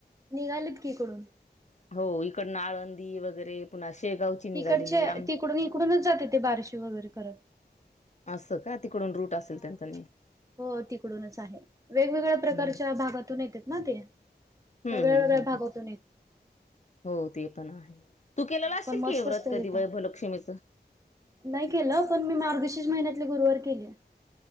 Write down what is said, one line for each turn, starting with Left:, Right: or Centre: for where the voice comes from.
Right: निघालेत की ईकडून
Left: हो इकडनं आळंदी वगैरे पुन्हा शेगावची निघालेली.
Right: तिकडचे
Left: आम
Right: तिकडून इकडूनच जाते ते बारशी वगैरे करत.
Left: असं का तिकडून रूट असेल
Right: हा.
Left: त्यांचा नेहमी
Right: हो तिकडूनच आहे वेगवेगळ्या प्रकारच्या
Left: हम्म
Right: भागातून येतेत ना ते
Left: हम्म
Right: वेगळ्या
Left: हम्म
Right: वेगळ्या
Left: हम्म
Right: भागातून येत
Left: हो ते पण आहे. तू केलेला असशील
Right: पण मस्त
Left: की हे
Right: असतं
Left: व्रत कधी
Right: तिथ
Left: वैभलक्ष्मीचं
Right: नाही केलं पण मी मार्गशिष महिन्यातले गुरुवार केले.